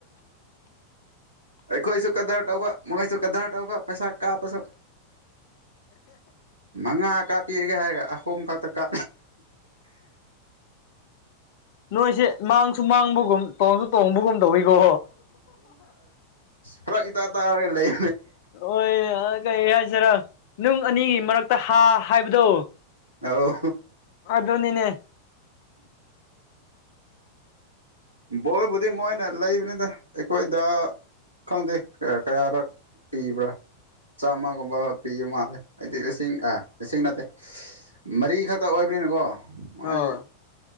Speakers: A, on the right; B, on the left.
A: ꯑꯩꯈꯣꯏꯁꯨ ꯀꯗꯥꯔ ꯇꯧꯕ ꯃꯈꯣꯏꯁꯨ ꯀꯗꯥꯔ ꯇꯧꯕ ꯄꯩꯁꯥ ꯀꯥꯞꯄꯁꯨ ꯃꯉꯥ ꯀꯥꯄꯤꯤꯔꯒꯦ ꯍꯥꯏꯔꯒ ꯈꯣꯝ ꯈꯥꯛꯛꯇ ꯀꯥ
B: ꯅꯣꯏꯁꯦ ꯃꯥꯡꯁꯨ ꯃꯥꯡꯕꯒꯨꯝ ꯇꯣꯡꯁꯨ ꯇꯣꯡꯕꯒꯨꯝ ꯇꯧꯋꯤꯀꯣ
A: ꯄꯨ ꯏ ꯇꯔ ꯇꯔꯒ ꯂꯩ
B: ꯍꯣꯏ ꯀꯩ ꯍꯥꯏꯁꯤꯔ ꯅꯨꯡ ꯑꯅꯤꯒꯤ ꯃꯔꯛꯇ ꯍꯥ ꯍꯥꯏꯕꯗꯣ
A: ꯑꯣ
B: ꯑꯗꯨꯅꯤꯅꯦ
A: ꯕꯣꯏꯕꯨꯗꯤ ꯃꯣꯏꯅ ꯂꯩꯕꯅꯤꯗ ꯑꯩꯈꯣꯏꯗ ꯈꯪꯗꯦꯌꯥ ꯀꯌꯥꯔꯛ ꯄꯤꯕ꯭ꯔꯥ ꯆꯥꯝꯃꯒꯨꯝꯕ ꯄꯤꯌ ꯃꯥꯜꯂꯦ ꯑꯩꯗꯤ ꯂꯤꯁꯤꯡ ꯑ ꯂꯤꯁꯤꯡ ꯅꯠꯇꯦ ꯃꯔꯤ ꯈꯛꯇ ꯑꯣꯏꯕꯅꯤꯅꯀꯣ ꯃꯣꯏ
B: ꯑꯣ